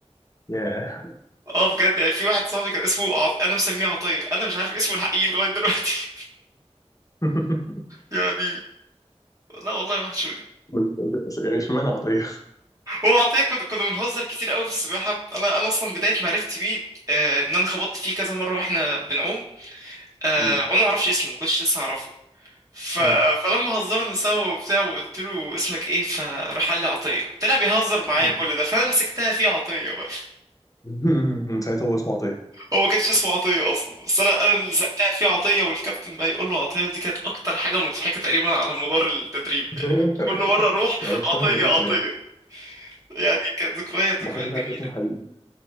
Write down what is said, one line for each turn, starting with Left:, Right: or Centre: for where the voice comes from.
Left: ياه
Right: اه بجد يعني في واحد صاحبي كان اسمه عط... انا مسميه عطيه انا مش عارف اسمه الحقيقي لغايه دلوقتي
Left: <laughs>
Right: <laughs> يعني لا والله وحشوني
Left: بس- بس يعني اشمعنى عطيه؟
Right: هو عطيه كنا كنا بنهزر كتير قوي في السباحه انا انا اصلا بدايه معرفتي بيه آه، ان انا خبطت فيه كذا مره واحنا بنعوم آه
Left: مم.
Right: وانا ما اعرفش اسمه ما كنتش لسه اعرفه ف...
Left: مم.
Right: فلما هزرنا سوا وبتاع وقلت له اسمك ايه فراح قال لي عطيه طلع بيهزر معايا
Left: مم.
Right: كل ده فانا مسكتها فيه عطيه بقى
Left: <laughs> من ساعتها هو اسمه عطيه
Right: هو ما كانش اسمه عطيه اصلا بس انا انا اللي زقتها فيه عطيه والكابتن بقى يقول له عطيه دي كانت اكتر حاجه مضحكه تقريبا على مدار التدريب
Left: <laughs>
Right: يعني كل مره اروح
Left: ده هو اشتهر
Right: عطيه
Left: بالاسم
Right: عطيه
Left: ايه؟
Right: يعني كانت ذكريات ذكريات
Left: ومحدش عارف
Right: جميله
Left: اسمه الحقيقي